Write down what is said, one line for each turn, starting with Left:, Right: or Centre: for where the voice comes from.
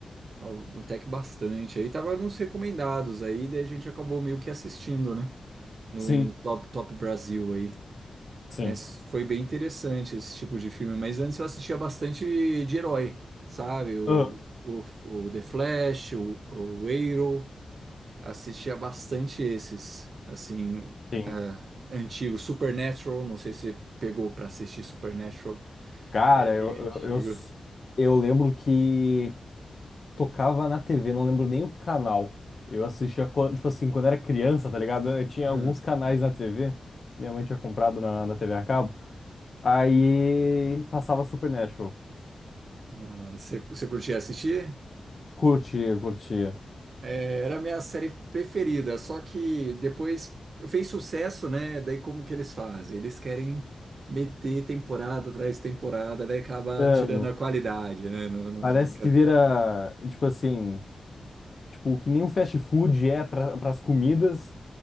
Right: ao- até que bastante. Aí tava nos recomendados aí, daí a gente acabou meio que assistindo, né? No
Left: sim,
Right: Top, Top Brasil aí.
Left: sim.
Right: Mas foi bem interessante esse tipo de filme. Mas antes eu assistia bastante de herói, sabe? O,
Left: Aham.
Right: o, o The Flash, o, o Arrow assistia bastante esses, assim,
Left: Sim.
Right: ah, antigos. Supernatural, não sei se pegou pra assistir Supernatural.
Left: Cara,
Right: É bem
Left: eu, eu,
Right: antigo.
Left: eu, s- eu lembro que. tocava na TV, não lembro nem o canal. Eu assistia, co- tipo assim, quando era criança, tá ligado? Eu tinha
Right: Ah,
Left: alguns canais na TV. Minha mãe tinha comprado na, na TV a cabo. Aí passava Supernatural.
Right: ah, Você você curtia assistir?
Left: Curtia, curtia.
Right: É, era a minha série preferida, só que depois fez sucesso, né? Daí como que eles fazem? Eles querem meter temporada atrás de temporada, daí acaba
Left: É,
Right: tirando a qualidade, né? Não, não
Left: parece
Right: fica... aquela-
Left: que vira, tipo assim, tipo, o que nem um fast food é para as comidas,